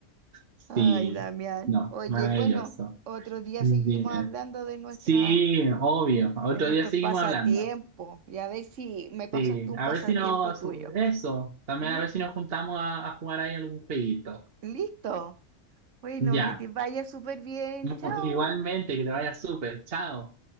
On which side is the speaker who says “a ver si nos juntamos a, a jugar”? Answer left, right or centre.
Right